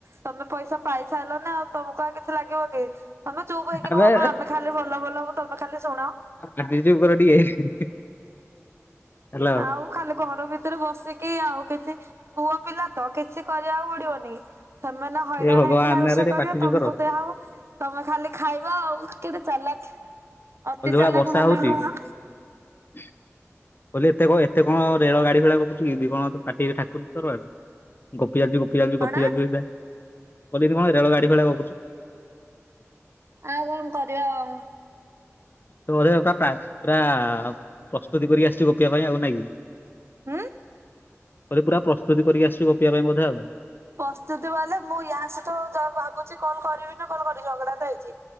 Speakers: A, on the right; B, on the left.
A: ତମେ ପଇସା ପାଇସାରିଲନା ଆଉ ତମକୁ ଆଉ କିଛି ଲାଗିବକି। ତମେ ଚୁପ୍ ହେଇକି
B: ଆବେ
A: ରୁହମ ଆମେ ଖାଲି ବଲ ବଲ ହବୁ ତମେ ଖାଲି ଶୁଣ।
B: ପାଟି ଚୁପ୍ କର ଟିକେ। ହ୍ୟାଲୋ
A: ଆଉ ଖାଲି ଘର ଭି ଘର ଭିତରେ ବସିକି ଆଉ କିଛି ପୁଅ ପିଲାତ କିଛି କରିବାକୁ ପଡ଼ିବନି ସେମାନେ ହଇରାଣ
B: ଏ ଭଗବାନ
A: ହେଇକିନା ରୋଷେଇ
B: ଆରେ ଟିକେ
A: କରିବେ
B: ପାଟି ଚୁପ୍
A: ତମକୁ
B: କର
A: ଦିଆହବ ତମେ ଖାଲି ଖାଇବ ଆଉ କେତେ ଚାଲାକ୍ ଅତି
B: ଯୋଉ ଭଳିଆ
A: ଚାଲାକ୍
B: ବର୍ଷା
A: ଭଲ
B: ହଉଛି
A: ନୁହଁ।
B: <inaudible> ବୋଲି ଏତେ କଣ ଏତେ କଣ ରେଳ ଗାଡ଼ିଭଳିଆ ଗପୁଚୁକି କଣ ପାଟିରେ ଠାକୁ <unintelligible> ଗୋପି ଚାଲିଚୁ ଗୋପି ଚାଲିଚୁ
A: ହଣା
B: ଗୋପି ଚାଲିଚୁସିଧା କହୁଥିନି କଣ ରେଳ ଗାଡ଼ି ଭଳିଆ ଗପୁଚୁ
A: ଆଉ କଣ କରିବା ଆଉ।
B: ତ ବୋଧେ ପୁରା ପୁରା ପ୍ରସ୍ତୁତି କରି ଆସିଚୁ ଗପିବା ପାଇଁ ଆଉ ନାଆଁକି।
A: ଉଁ?
B: ବୋଧେ ପୁରା ପ୍ରସ୍ତୁତି କରିକି ଆସିଚୁ ଗୋପିବା ପାଇଁ ବୋଧେ ଆଉ।
A: ପ୍ରସ୍ତୁତି ବଲେ ମୁଁ ୟାସହିତ ଭାବୁଚି କଲ୍ କରିବିନି କଲ୍ କରିବି ଝଗଡ଼ାତ ହେଇଚି।